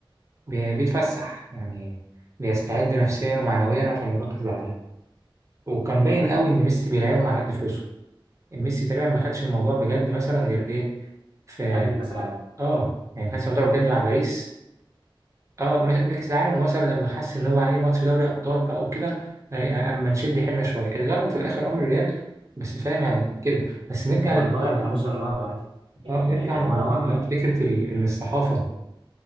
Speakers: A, on the right; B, on the right.
A: بي- بيتفسح يعني بيستعد نفسيا ومعنويا عشان يروح كأس العالم وكان باين قوي ان ميسي بيلعبهم على قد فلوسه ميسي تقريبا ما خدش الموضوع بجد مثلا غير ايه في
B: قبل كأس العالم
A: اه يعني ما خدش الموضوع بجد مع باريس اه مش قبل كأس العالم ومثلا لما حس ان هو ايه ماتش دوري ابطال بقى وكده آه، آه، اما نشد حيلنا شويه اتغلبوا في الاخر امر الريال بس فاهم يعني كده بس نرجع
B: هما
A: لموضوعنا
B: البايرن في الموسم اللي بعده عادي يعني
A: اه نرجع
B: يعني
A: لموضوعنا
B: هو نوعا ما
A: فكره ال- ان الصحافه